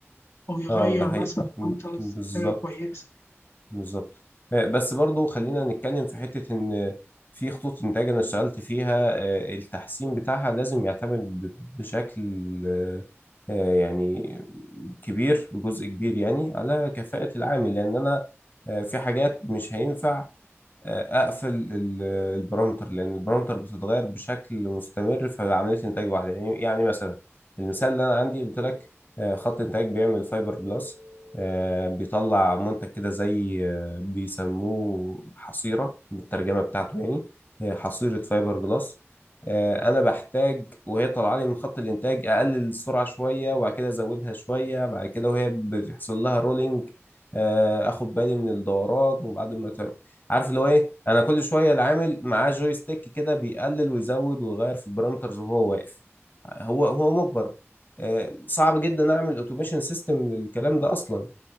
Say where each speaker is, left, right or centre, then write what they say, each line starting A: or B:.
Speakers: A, on the left (about 65°); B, on the left (about 40°).
A: او يغير
B: اه ده حقيقي
A: مثلا
B: م-
A: بارامترز
B: بالظبط
A: حاجة كويسة
B: بالظبط آه، بس برضو خلينا نتكلم في حتة ان في خطوط انتاج انا اشتغلت فيها آه، التحسين بتاعها لازم يعتمد ب- بشكل آه، آه، يعني كبير بجزء كبير يعني على كفاءة العامل لان انا آه، في حاجات مش هينفع اقفل ال- البرامتر لان البرامتر بتتغير بشكل مستمر في عمليه انتاج واحده يعني يعني مثلا المثال اللي انا عندي قلت لك آه، خط انتاج بيعمل فايبر جلاس آه، بيطلع منتج كده زي آه، بيسموه حصيره بالترجمه بتاعته يعني آه، حصيره فايبر جلاس آه، انا بحتاج وهي طالعه لي من خط الانتاج اقلل السرعه شويه وبعد كده ازودها شويه بعد كده وهي بيحصل لها رولينج آه، اخد بالي من الدورات وبعد ما ت- عارف اللي هو ايه انا كل شويه العامل معاه جوي ستيك كده بيقلل ويزود ويغير في البارامترز وهو واقف هو هو مجبر آه، صعب جدا اعمل اوتوميشن سيستم للكلام ده اصلا